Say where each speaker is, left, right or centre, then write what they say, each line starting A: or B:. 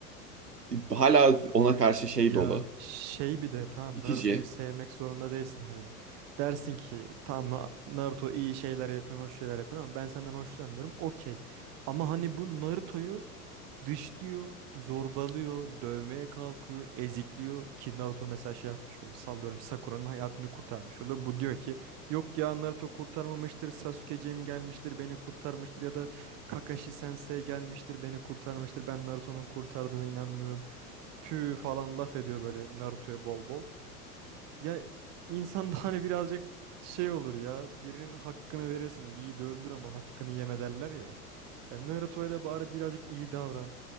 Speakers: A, on the right; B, on the right.
A: e, hala ona karşı şey
B: Ya
A: dolu.
B: şey bir de tamam
A: İtici.
B: Naruto'yu sevmek zorunda değilsin. Hani dersin ki tamam Na- Naruto iyi şeyler yapıyor, hoş şeyler yapıyor ama ben senden hoşlanmıyorum. Okey. Ama hani bu Naruto'yu Dışlıyor, zorbalıyor, dövmeye kalkıyor, ezikliyor ki Naruto mesela şey yapmış oluyor. Sallıyorum Sakura'nın hayatını kurtarmış oluyor. Bu diyor ki yok ya Naruto kurtarmamıştır, Sasuke'ciğim gelmiştir beni kurtarmıştır ya da Kakashi Sensei gelmiştir beni kurtarmıştır. Ben Naruto'nun kurtardığına inanmıyorum. Pü falan laf ediyor böyle Naruto'ya bol bol. Ya insan <laughs> da hani birazcık şey olur ya. Birinin hakkını verirsin. Yiğidi öldür ama hakkını yeme derler ya. Ya Naruto'ya da bari birazcık iyi davran.